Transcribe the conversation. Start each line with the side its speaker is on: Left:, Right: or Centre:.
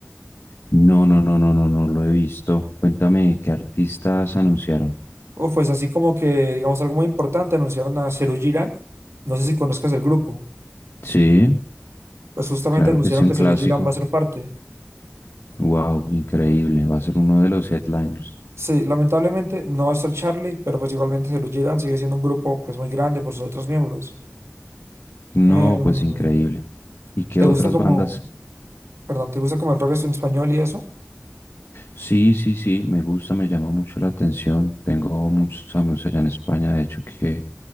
Left: No, no, no, no, no, no lo he visto. Cuéntame qué artistas anunciaron.
Right: O pues así como que, digamos, algo muy importante, anunciaron a Serú Girán. No sé si conozcas el grupo.
Left: Sí,
Right: Pues justamente
Left: claro
Right: anunciaron
Left: que sí, un
Right: que
Left: clásico.
Right: Serú Girán va a ser parte.
Left: Wow, increíble. Va a ser uno de los headliners.
Right: Sí, lamentablemente no va a estar Charlie, pero pues igualmente Serú Girán sigue siendo un grupo pues muy grande por sus otros miembros.
Left: No,
Right: Em,
Left: pues increíble. ¿Y qué
Right: ¿te
Left: otras
Right: gusta como,
Left: bandas
Right: perdón, te gusta como el rock en español y eso?
Left: Sí, sí, sí, me gusta, me llama mucho la atención. Tengo muchos amigos allá en España, de hecho, que,